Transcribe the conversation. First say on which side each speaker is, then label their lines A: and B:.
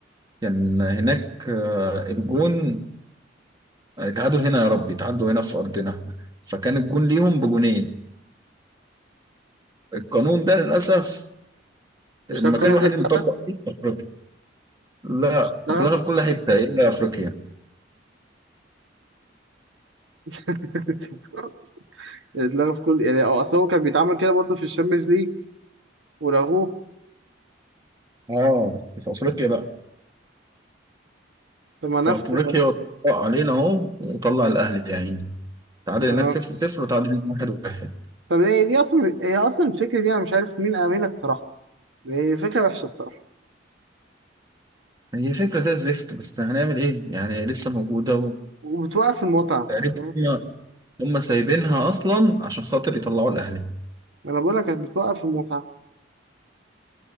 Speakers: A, on the right; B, on the right.
A: كان هناك آه، الجون آه، تعادل هنا يا ربي تعادلوا هنا في أرضنا فكان الجون ليهم بجونين القانون ده للأسف
B: مش
A: المكان
B: ده القانون
A: الوحيد
B: ده اتلغى
A: اللي مطبق فيه في أفريقيا لا
B: مش اتلغى
A: اتلغى في كل حتة إلا أفريقيا
B: <laughs> اتلغى في كل يعني اه اصل هو كان بيتعمل كده برضه في الشامبيونز ليج ولغوه
A: اه بس في أفريقيا لا
B: طب ما نفخ
A: في أفريقيا
B: اه
A: طبق علينا أهو وطلع الأهلي يا عيني تعادل
B: آه.
A: هناك صفر صفر وتعادل هنا واحد واحد
B: طب هي دي اصلا هي اصلا الفكره دي انا مش عارف مين مين اقترحها هي فكره وحشه الصراحه
A: هي فكرة زي الزفت بس هنعمل إيه يعني لسه موجودة
B: وبتوقف المتعة
A: وتقريبا
B: فاهم؟
A: هم هم سايبينها أصلا عشان خاطر يطلعوا الأهلي
B: ما انا بقول لك بتوقف المتعة